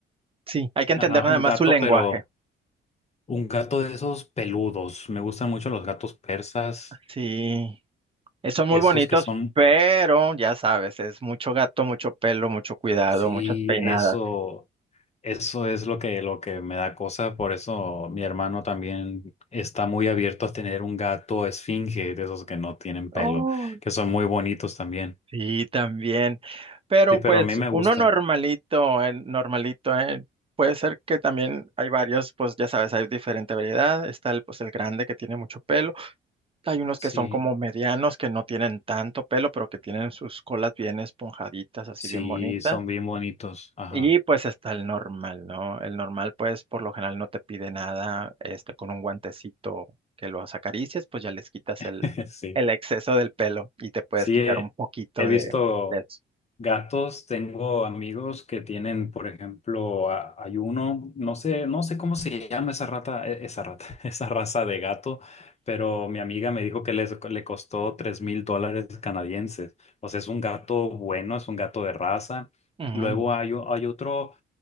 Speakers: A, on the right (about 25°); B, on the left (about 35°).
A: Sí, hay que entender
B: Ajá,
A: nada
B: un
A: más
B: gato,
A: su lenguaje.
B: pero un gato de esos peludos. Me gustan mucho los gatos persas,
A: Sí, eh, son muy
B: esos
A: bonitos,
B: que son,
A: pero ya sabes, es mucho gato, mucho pelo, mucho cuidado,
B: sí,
A: muchas peinadas.
B: eso, eso es lo que, lo que me da cosa. Por eso mi hermano también está muy abierto a tener un gato esfinge, de esos que no tienen pelo,
A: Oh,
B: que son muy bonitos también.
A: sí, también. Pero
B: Sí, pero
A: pues
B: a mí me gustan.
A: uno normalito, eh, normalito, eh, Puede ser que también hay varios, pues ya sabes, hay diferente variedad. Está el, pues el grande que tiene mucho pelo. Hay unos
B: Sí,
A: que son como medianos que no tienen tanto pelo, pero que tienen sus colas bien esponjaditas, así
B: sí,
A: bien bonitas.
B: son bien bonitos. Ajá,
A: Y pues está el normal, ¿no? El normal, pues por lo general no te pide nada, este, con un guantecito que los acaricias, pues ya les quitas
B: <laughs>
A: el,
B: sí,
A: el exceso del pelo y te puedes
B: sí,
A: quitar
B: he
A: un poquito
B: he visto.
A: de, de eso.
B: Gatos, tengo amigos que tienen, por ejemplo, a- hay uno, no sé, no sé cómo se llama esa rata, e- esa rata, <laughs> esa raza de gato, pero mi amiga me dijo que les, le costó tres mil dólares canadienses. O sea, es un gato bueno, es un gato de raza.
A: Ujú.
B: Luego hay, o- hay otro,